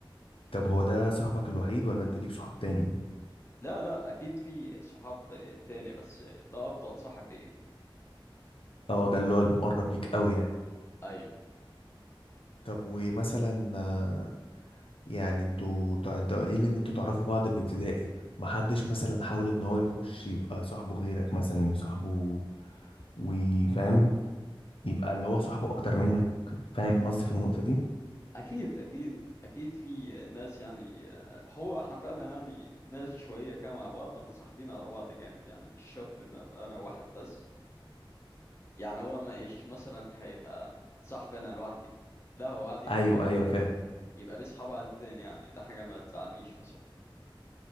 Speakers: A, on the left; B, on the left.
A: طب هو ده صاحبك الوحيد ولا انت ليك صحاب تاني
B: لا لا اكيد في صحاب آه، تاني بس آه، ده افضل صاحب ليا
A: اه ده اللي هو المقرب ليك قوي يعني
B: ايوه
A: طب ومثلا آه، يعني انتوا تع- انت قايل ان انتوا تعرفوا بعض من ابتدائي محدش مثلا حاول ان هو يخش يبقى صاحبه غيرك مثلا صاحبه وفاهم يبقى اللي هو صاحبه اكتر منك فاهم قصدي في النقطة دي
B: اكيد اكيد اكيد في آه، ناس يعني آه، هو احنا فعلا يعني ناس شويه كده مع بعض متصاحبين على بعض جامد يعني مش شرط ان ابقى انا واحد بس يعني هو مش مثلا هيبقى صاحب انا لوحدي لا هو عادي يبقى
A: ايوه ايوه فاهم
B: يبقى ليه صحاب عادي تاني يعني ده حاجه ما تزعلنيش مثلا